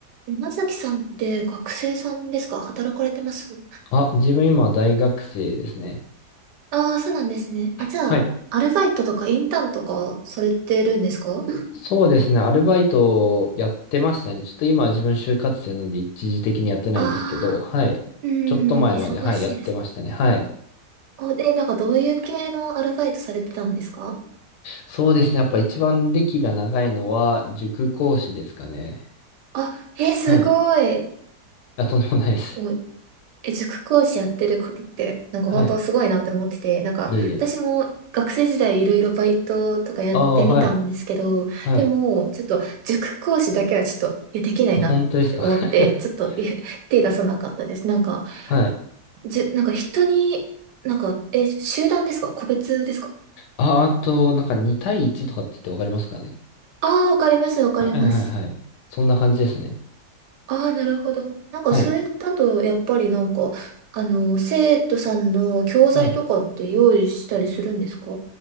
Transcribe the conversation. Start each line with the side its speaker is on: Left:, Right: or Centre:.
Right: 山崎さんって学生さんですか働かれてます
Left: あ、自分今大学生ですね。
Right: ああー、そうなんですね。あ、じゃあ、
Left: はい。
Right: アルバイトとかインターンとかされてるんですか
Left: そうですね。アルバイトやってましたね。ちょっと今は自分就活生なんで一時的にやってないんですけど、
Right: ああー、
Left: はい。
Right: うーん、
Left: ちょっと前まで、
Right: 忙しいです。
Left: はい、やってましたね。はい。
Right: お、で、なんかどういう系のアルバイトされてたんですか
Left: そうですね。やっぱ一番歴が長いのは塾講師ですかね。
Right: あ、えー、すごい。
Left: はい。あ、とんでもないです。
Right: おえ、塾講師やってることって、なんか本当すごいなって思ってて、
Left: はい。
Right: なんか私も学生時代いろいろバイトとかやってみたんですけど、
Left: いえいえ。ああ、はい。はい。
Right: でもちょっと塾講師だけはちょっとえできないなって思って、
Left: 本当ですか。<laughs>
Right: ちょっとえ手出さなかったです。なんか、
Left: はい。
Right: じゅ、なんか人に、なんか、え、集団ですか個別ですか
Left: あ、あと、なんか2対1とかって言ってわかりますかね。
Right: ああー、わかります、わかります。
Left: はいはいはい。そんな感じですね。
Right: ああ、なるほど。なんかそれだとやっぱりなんか、
Left: はい。
Right: あの、生徒さんの教材とかって用意したりするんですか
Left: はい。